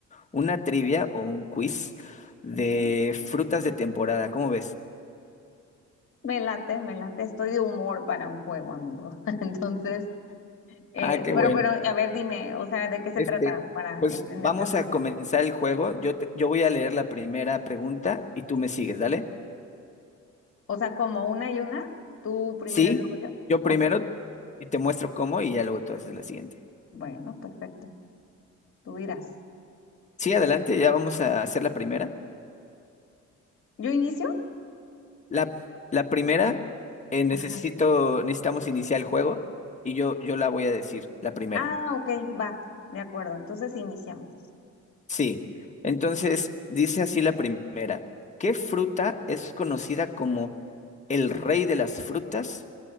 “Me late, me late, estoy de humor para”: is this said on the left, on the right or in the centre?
Left